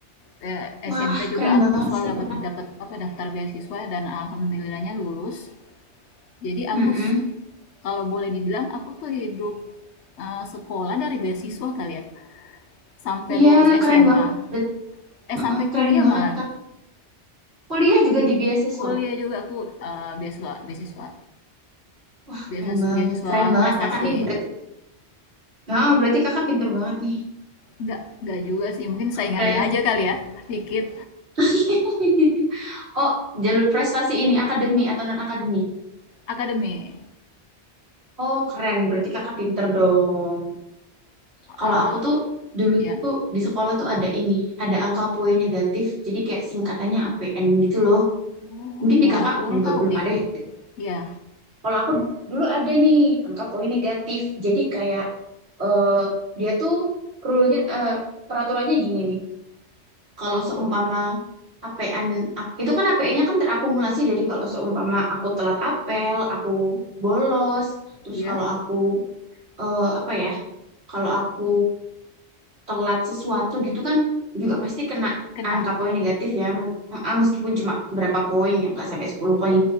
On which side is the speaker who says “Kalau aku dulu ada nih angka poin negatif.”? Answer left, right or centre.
Right